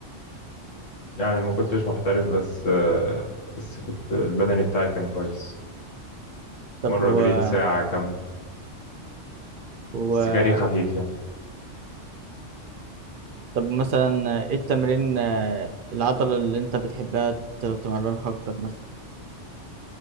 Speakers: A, on the left; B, on the right.
A: يعني ما كنتش محترف بس آه، بس كنت البدني بتاعي كان كويس
B: طب
A: مرة
B: و...
A: جريت ساعة كاملة
B: و...
A: بس جري خفيف يعني
B: طب مثلا ايه التمرين آه، العضلة اللي انت بتحبها ت- تمرنها اكتر مثلا